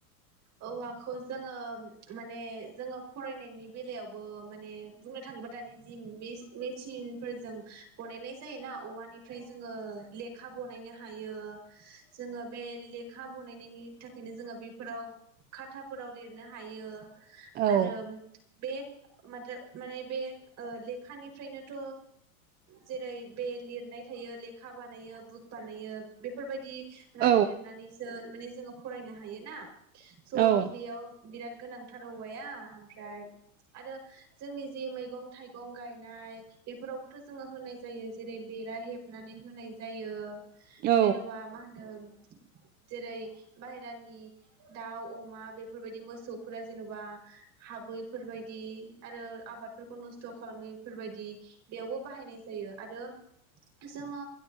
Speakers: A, on the right; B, on the right.
A: औवाखौ जोङो माने जोङो फरायनायनि बेलायावबो माने बुंनो थाङोब्ला दानि जि मेच मेचिनफोरजों बनायनाय जायोना औवानिफ्राय जोङो लेखा बनायनो हा यो जोङो बे लेखा बनायनायनि थाखायनो जोङो बि फोराव खाथाफोराव लिरनो हायो।
B: औ
A: आरो बे माद माने बे ओ लेखानिफ्रायनोथ' जेरै बे लिरनाय थायो लेखा बानायो बुक बानायो बेफोरबायदि राव
B: औ
A: लिरनानैसो माने जोङो फरायनो हायोना। स'
B: औ
A: बेयाव बिराद गोनांथार औवाया ओमफ्राय आरो जोंनि जि मैगं थाइगं गायनाय बेफोरावबोथ' जोङो होनाय जायो जेरै बेरा हेबनानै होनाय जायो।
B: औ
A: जेन'बा मा होनो? जेरै बाहेरानि दाउ अमा बेफोरबायदि मोसौफोरा जेन'बा हाबैफोरबायदि आरो आबादफोरखौ नस थ' खालामैफोरबायदि बेयावबो बाहायनाय जायो आरो जोङो